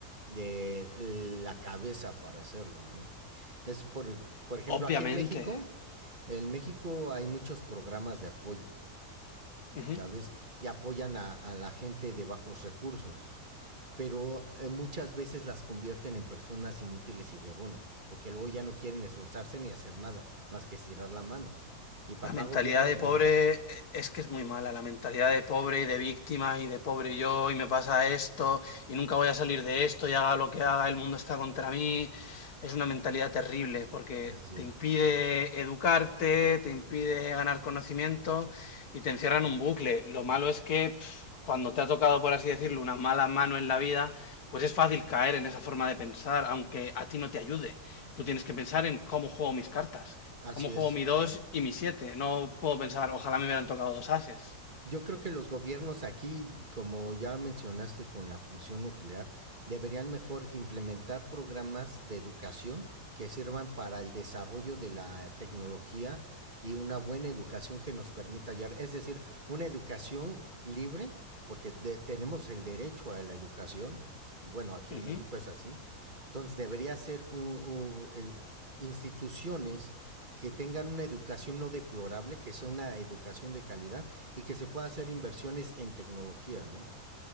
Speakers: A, on the right; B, on the left.
A: de la cabeza para hacerlo, ¿no? Es por, por ejemplo,
B: Obviamente.
A: aquí en México, en México hay muchos programas de apoyo,
B: Ujú.
A: ¿sabes? Y apoyan a, a la gente de bajos recursos pero eh, muchas veces las convierten en personas inútiles y huevonas, porque luego ya no quieren esforzarse ni hacer nada más que estirar la mano. Y papá
B: La mentalidad
A: gobierno, alimentame.
B: de pobre eh, es que es muy mala, la mentalidad de pobre y de víctima y de pobre yo y me pasa esto y nunca voy a salir de esto y haga lo que haga, el mundo está contra mí. Es una mentalidad terrible porque
A: Así
B: te
A: es.
B: impide educarte, te impide ganar conocimiento y te encierra en un bucle. Lo malo es que pf, cuando te ha tocado, por así decirlo, una mala mano en la vida, pues es fácil caer en esa forma de pensar, aunque a ti no te ayude. Tú tienes que pensar en cómo juego mis cartas.
A: Así
B: Como juego
A: es.
B: mi 2 y mi siete No puedo pensar, ojalá me hubieran tocado dos ases.
A: Yo creo que los gobiernos aquí, como ya mencionaste con la fusión nuclear, deberían mejor implementar programas de educación que sirvan para el desarrollo de la tecnología y una buena educación que nos permita hallar, es decir, una educación libre, porque de- tenemos el derecho a la educación, bueno, aquí
B: Ujú,
A: en México es así, entonces debería ser un- un- eh, instituciones que tengan una educación no deplorable, que sea una educación de calidad y que se pueda hacer inversiones en tecnología, ¿no?